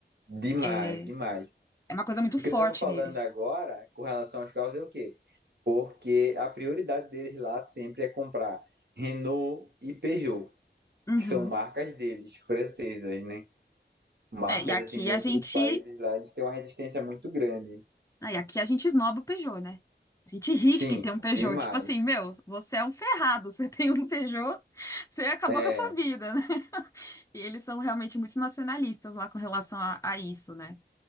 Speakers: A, on the right (about 65°); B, on the left (about 15°).
A: Demais,
B: É,
A: demais.
B: é uma coisa muito
A: O
B: forte
A: que eu estava falando
B: neles.
A: agora com relação aos carros é o quê? Porque a prioridade deles lá sempre é comprar Renault e Peugeot.
B: Uhum.
A: que são marcas deles, francesas, né? Marcas
B: É, e aqui
A: assim de
B: a
A: outros
B: gente.
A: países lá, eles têm uma resistência muito grande.
B: ah, E aqui a gente esnoba o Peugeot, né? A gente ri
A: Sim,
B: de quem tem um Peugeot.
A: demais.
B: Tipo assim, meu, você é um ferrado. <laughs> Você tem um Peugeot, você acabou
A: É,
B: com a sua vida, né? E eles são realmente muito nacionalistas lá com relação a, a isso, né?